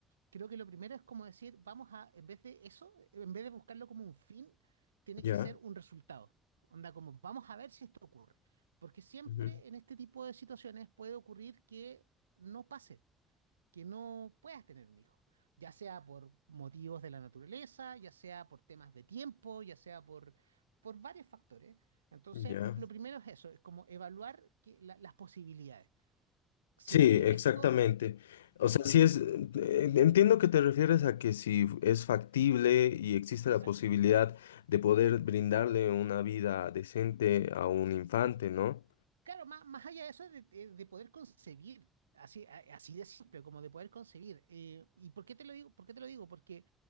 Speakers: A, on the right; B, on the left.
A: Creo que lo primero es como decir, vamos a, en vez de eso, en vez de buscarlo como un fin, tiene
B: ya,
A: que ser un resultado. Onda, como vamos a ver si esto ocurre. Porque siempre
B: ujú,
A: en este tipo de situaciones puede ocurrir que no pase que no puedas tener un hijo, ya sea por motivos de la naturaleza, ya sea por temas de tiempo, ya sea por, por varios factores. Entonces,
B: ya.
A: lo primero es eso, es como evaluar que, la- las posibilidades. Si
B: Sí,
A: es que
B: exactamente.
A: esto...
B: O
A: Claro,
B: sea,
A: claro,
B: si es, eh, entiendo que te refieres a que si es factible y existe
A: exacto.
B: la posibilidad de poder brindarle una vida decente a un infante, ¿no?
A: Claro, más, más allá de eso, de, de- de poder concebir, así, a- así de simple, como de poder concebir. Eh, ¿y por qué te lo digo? ¿Por qué te lo digo? Porque